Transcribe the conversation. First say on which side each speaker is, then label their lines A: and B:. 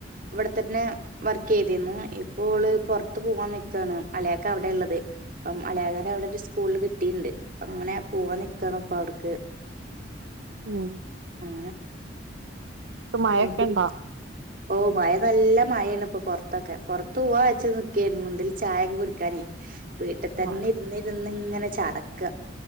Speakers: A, on the right (about 50°); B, on the right (about 75°).
A: ഇവിടെത്തന്നേ വർക്കീതിരുന്നു ഇപ്പോള് പൊറത്ത് പോവ്വാൻ നിക്കാണ് അളിയാക്ക അവിടെള്ളത് അപ്പം അളിയാക്കാന്റവടെ ഒരു സ്കൂളിൽ കിട്ടീണ്ട് അങ്ങനെ പോവ്വാൻ നിക്കാണ് അപ്പവിട്ക്ക്
B: ഉം
A: അങ്ങനെ
B: ഇപ്പൊ മഴൊക്കെ
A: അനിയത്തി
B: ഇണ്ടാ
A: ഓ മയ നല്ല മയേണ്പ്പൊ പൊറത്തൊക്കെ പൊറത്തൂവ്വാ വെച്ച് നിക്കേരുന്നുന്തേൽ ചായൊക്കെ കുടിക്കാനേ വീട്ടിത്തന്നെ
B: ആഹ്
A: ഇര്ന്നിരുന്ന് ഇങ്ങനെ ചടക്കാ